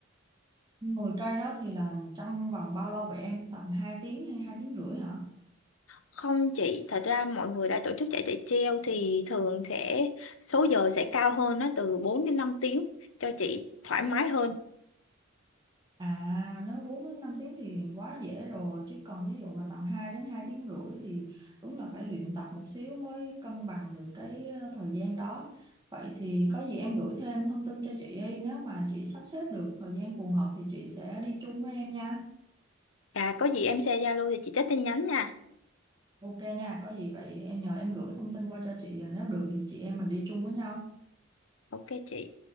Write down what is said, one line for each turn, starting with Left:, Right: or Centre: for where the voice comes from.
Right: 10 cây đó thì là trong vòng bao lâu vậy em? Tầm 2 tiếng hay 2 tiếng rưỡi hả?
Left: Không chị, thật ra mọi người đã tổ chức chạy chạy treo thì thường sẽ số giờ sẽ cao hơn nó từ 4 đến 5 tiếng cho chị thoải mái hơn.
Right: À nếu 4 đến 5 tiếng thì quá dễ rồi chứ còn ví dụ mà tầm 2 đến 2 tiếng rưỡi thì đúng là phải luyện tập một xíu mới cân bằng được cái ờ, thời gian đó. Vậy thì có gì em gửi thêm thông tin cho chị đi nếu mà chị sắp xếp được thời gian phù hợp thì chị sẽ đi chung với em nha.
Left: À có gì em share Zalo thì chị check tin nhắn nha.
Right: Ok nha, có gì vậy em nhờ em gửi thông tin qua cho chị, nếu được thì chị em mình đi chung với nhau.
Left: Ok chị.